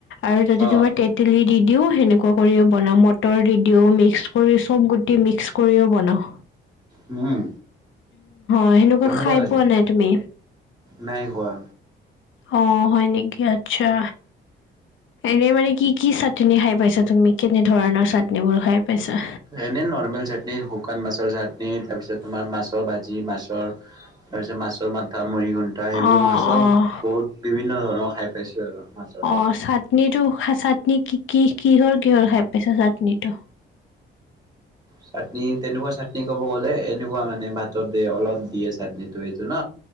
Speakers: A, on the left; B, on the right.
A: আৰু তাতে
B: অ',
A: তোমাৰ তে তেলি দি দিওঁ সেনেকুৱা কৰিও বনাওঁ, মটৰ দি দিওঁ মিক্স কৰি চব গুটি মিক্স কৰিও বনাওঁ।
B: উম।
A: অ, সেনোকুৱা
B: কেনেকুৱা
A: খাই
B: লাগে?
A: পোৱা নাই তুমি?
B: নাই খোৱা।
A: অ, হয় নেকি আচ্ছা। এনে মানে কি কি চাটনি খাই পাইছ তুমি কেনে ধৰণৰ চাটনিবোৰ খাই পাইছা?
B: এনেই নৰ্মেল চাটনি, শুকান মাছৰ চাটনি তাৰপিছত তোমাৰ মাছৰ ভাজি, মাছৰ তাৰপিছত মাছৰ মাথা মৰিগুণ্টা সেইবোৰ
A: অঁ
B: মাছৰ
A: অঁ
B: বহুত বিভিন্ন ধৰণৰ খাই পাইছোঁ আৰু। মাছৰে
A: অ, চাটনিটো চাটনি কি কি কিহৰ কিহৰ খাই পাইছা চাটনিটো?
B: চাটনি তেনেকুৱা চাটনি ক'ব গ'লে এনেকুৱা মানে ভাতত দিয়ে অলপ দিয়ে চাটনিটো এইটো ন।